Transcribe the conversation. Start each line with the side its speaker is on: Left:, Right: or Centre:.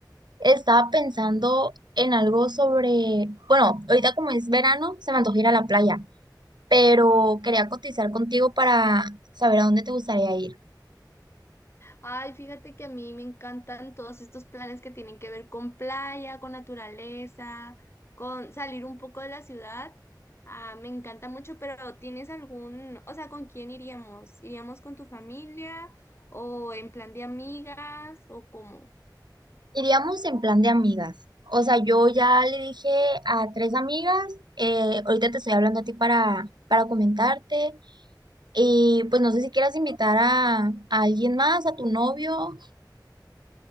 Right: Estaba pensando en algo sobre, bueno, ahorita como es verano, se me antoja ir a la playa, pero quería cotizar contigo para saber a dónde te gustaría ir.
Left: Ay, fíjate que a mí me encantan todos estos planes que tienen que ver con playa, con naturaleza, con salir un poco de la ciudad. Ah, me encanta mucho, pero ¿tienes algún, o sea, con quién iríamos? ¿Iríamos con tu familia o en plan de amigas o cómo?
Right: Iríamos en plan de amigas. O sea, yo ya le dije a tres amigas, eh, ahorita te estoy hablando a ti para, para comentarte. Y pues no sé si quieras invitar a, a alguien más, a tu novio.